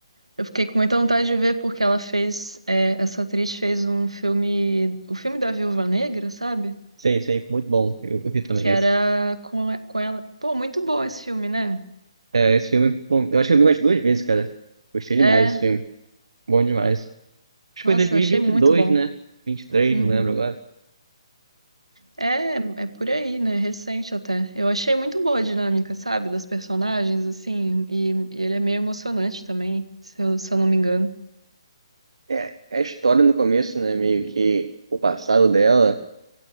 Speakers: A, on the right; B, on the right.
A: eu fiquei com muita vontade de ver porque ela fez, é, essa atriz fez um filme, o filme da Viúva Negra, sabe?
B: Sei, sei, muito bom. Eu, eu vi também
A: Que era
B: esse.
A: com, com ela. Pô, muito bom esse filme, né?
B: É, esse filme, bom, eu acho que eu vi umas duas vezes, cara. Gostei demais
A: É,
B: desse filme. Bom demais. Acho que
A: nossa,
B: foi em 2022,
A: eu achei muito bom.
B: né? 23,
A: Uhum.
B: não lembro agora.
A: É, é por aí, né? Recente até. Eu achei muito boa a dinâmica, sabe? Das personagens, assim. E, e ele é meio emocionante também, se eu, se eu não me engano.
B: É, é a história no começo, né? Meio que o passado dela,